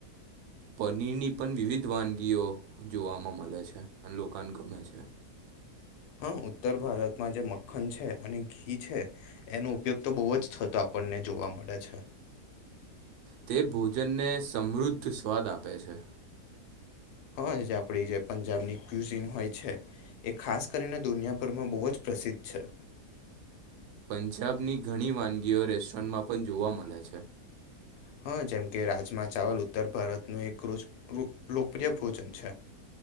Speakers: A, on the right; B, on the left.
A: પનીરની પણ વિવિધ વાનગીઓ જોવામાં મલે છે, અને લોકા ને ગમે છે.
B: હા ઉત્તર ભારતમાં જે મખખન છે અને ઘી છે, એનો ઉપયોગ તો બહુ જ થતો આપણને જોવા મળે છે.
A: તે ભોજનને સમૃદ્ધ સ્વાદ આપે છે.
B: હા એજ આપડી જે પંજાબની ક્યુઝીન હોય છે. એ ખાસ કરીને દુનિયાભરમાં બહુ જ પ્રસિદ્ધ છે.
A: પંજાબની ઘણી વાનગીઓ રેસ્ટોરનમાં પણ જોવા મળે છે.
B: હા જેમ કે રાજમા ચાવલ ઉત્તર ભારતનું એક લોકપ્રિય ભોજન છે. <inaudible>